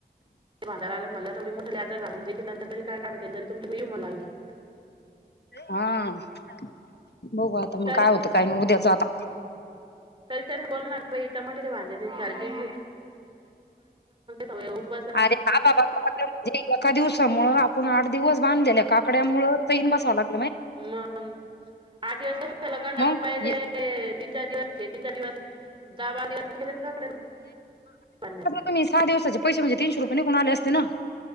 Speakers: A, on the right; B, on the left.
A: तोर आला तेवी मोठं आ्र जाूनेत नंत त काय तुमडे येऊ म्हणा आम्ही <unintelligible>
B: हा बघू आता मग
A: तरी
B: काय होतं काही नाही उद्याच आता.
A: तरी त्या बोलला ना त्या ते वाांजे तीन र <inaudible>
B: अरे. हा बाबा आपलं म्हणजे एका दिवसामु आपण आठ दिवस बांधलेल्या काकड्यामुळे चैन बसावं लागत.
A: मग आठ दिवस झा कार
B: मग
A: आता पहिले तीन चार दिवस तीन चार दिवस. दाबा दिसत गेले ना काकडे <inaudible>
B: पण सहावचे पैसेणजे तनशे रुपे कुणाले असते ना.